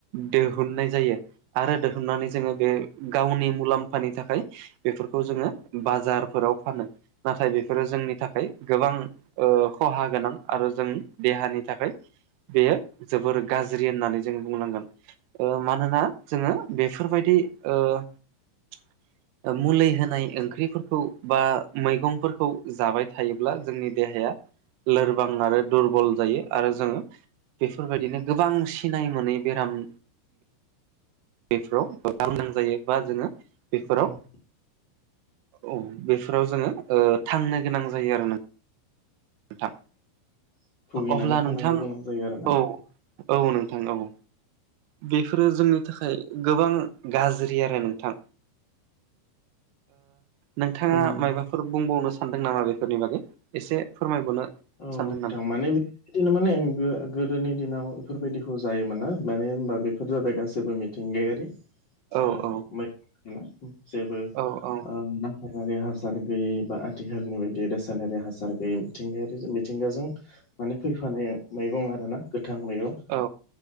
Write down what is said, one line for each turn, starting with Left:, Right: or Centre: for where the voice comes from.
Right: दिहुननाय जायो आरो दिहुननानै जोङो बे गावनि मुलाम्फानि थाखाय बेफोरखौ जोङो बाजारफोराव फानो नाथाय बे फोरो जोंनि थाखाय गोबां ओ खहा गोनां आरो जों देहानि थाखाय बेयो जोबोर गाज्रि होननानै जों बुंनांगोन। ओ मानोना जोङो बेफोरबायदि ओ मुलि होनाय ओंख्रिफोरखौ बा मैगंफोरखौ जाबाय थायोब्ला जोंनि देहाया लोरबां आरो दुरबल जायो आरो जोङो बेफोरबायदिनो गोबां सिनाय मोनै बेराम बेफोराव गोनां जायो बा जोङो बेफोराव
Left: औ
Right: औ बेफोराव जोङो ओ थांनो गोनां जायो आरो नों नोंथां
Left: भुगिनानै
Right: अब्ला
Left: थानांगौ
Right: नोंथां
Left: गोनां जायो आरोना
Right: औ औ नोंथां औ बेफोरो जोंनि थाखाय गोबां गाज्रि आरो नोंथां नोंथाङा
Left: उम नंगौ
Right: माबाफोर बुंबावनो सानदों नामा बेफोरनि बागै एसे फोरमायबावनो सानदों
Left: <unintelligible>
Right: नामा
Left: माने बिदिनो माने गो गोदोनि दिनाव बेफोरबायदिखौ जायोमोना मानो होनबा बेफोर जाबाय गासैबो मिथिंगायारि
Right: औ
Left: ओ
Right: औ
Left: मै <unintelligible> जेबो ओ
Right: औ औ
Left: रायनारि हासार गैयै बा आथिखालनि बायदि रासायनारि हासार गैयै मिथिंगायारि जोंनि। मिथिंगाजों माने फैफानाय मैगं आर ना गोथां मैगं।
Right: औ